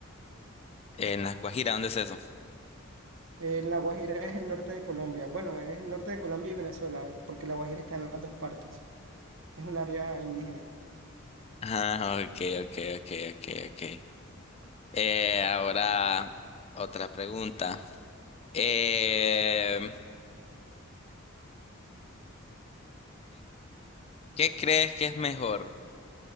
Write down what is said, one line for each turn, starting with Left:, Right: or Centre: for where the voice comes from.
Left: En La Guajira, ¿dónde es eso?
Right: En La Guajira es el norte de Colombia. Bueno, es el norte de Colombia y Venezuela, porque La Guajira está en las dos partes. Es un área indígena.
Left: Ah, ok, ok, ok, ok, ok. Eh, ahora otra pregunta. Eh, ¿Qué crees que es mejor?